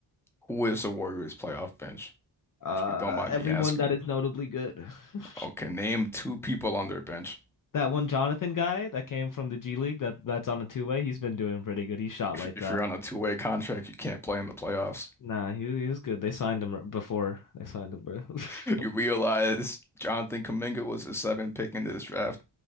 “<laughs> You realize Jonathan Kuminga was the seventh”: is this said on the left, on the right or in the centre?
Centre